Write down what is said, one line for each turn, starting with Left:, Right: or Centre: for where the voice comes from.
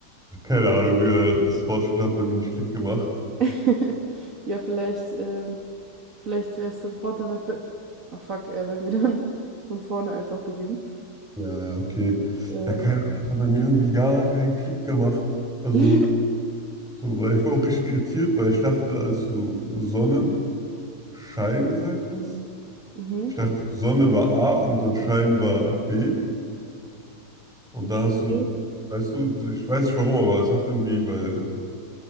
Centre: Keine Ahnung, äh, das Wortspiel hat bei mir nicht Klick gemacht.
Right: <laughs> Ja, vielleicht, ähm, vielleicht wäre es dann vorteilhaft. Ach fuck, äh, wenn wir dann von vorne einfach beginnen.
Centre: Ja, ja, okay.
Right: Äh,
Centre: Ja, keine Ahnung, das hat bei mir irgendwie gar keinen Klick gemacht. Also,
Right: <laughs>
Centre: so, weil ich war auch richtig irritiert, weil ich dachte, als du so Sonnenschein gesagt hast,
Right: mhm,
Centre: ich dachte, Sonne war A und dann Schein war B. Und
Right: okay.
Centre: da hast du, weißt du, ich weiß nicht warum, aber es hat irgendwie, weil